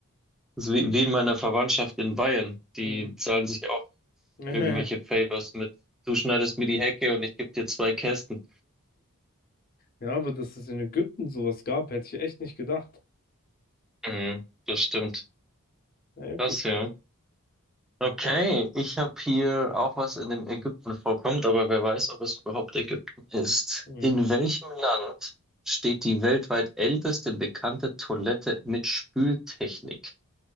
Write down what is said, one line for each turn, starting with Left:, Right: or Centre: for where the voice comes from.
Centre: Das ist wie wie in meiner Verwandtschaft in Bayern. Die
Left: Mhm.
Centre: zahlen sich auch
Left: <laughs>
Centre: irgendwelche Favors mit. Du schneidest mir die Hecke und ich gebe dir zwei Kästen.
Left: Ja, aber dass es in Ägypten sowas gab, hätte ich echt nicht gedacht.
Centre: Mhm, das stimmt.
Left: Ja, okay,
Centre: Krass, ja.
Left: gut.
Centre: Okay, ich habe hier auch was in dem Ägypten vorkommt, aber wer weiß, ob es überhaupt Ägypten ist.
Left: Mhm.
Centre: In welchem Land steht die weltweit älteste bekannte Toilette mit Spültechnik?